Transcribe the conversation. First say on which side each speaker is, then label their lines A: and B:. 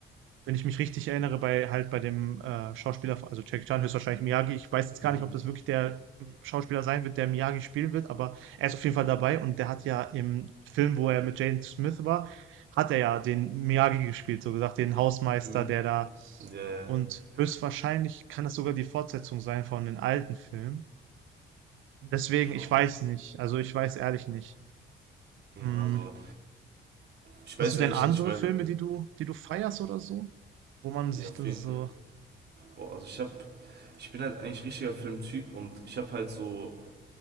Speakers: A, on the right; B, on the right.
A: wenn ich mich richtig erinnere, bei halt bei dem äh, Schauspieler, also Jackie Chan höchstwahrscheinlich Miyagi. Ich weiß jetzt gar
B: Mhm.
A: nicht, ob das wirklich der ähm, Schauspieler sein wird, der Miyagi spielen wird, aber er ist auf jeden Fall dabei und der hat ja im Film, wo er mit Jane Smith war, hat er ja den Miyagi gespielt, so gesagt, den Hausmeister,
B: Mhm.
A: der da
B: Ja, ja,
A: und höchstwahrscheinlich kann das sogar die Fortsetzung sein von den alten Filmen. Deswegen, ich
B: Puh,
A: weiß nicht. Also ich weiß ehrlich nicht. Hm.
B: also ich
A: Hast
B: weiß
A: du denn
B: eigentlich
A: andere
B: nicht, weil
A: Filme, die du, die du feierst oder so, wo man sich
B: ja, auf
A: dann
B: jeden
A: so
B: Boah, also ich hab, ich bin halt eigentlich richtiger Filmtyp und ich habe halt so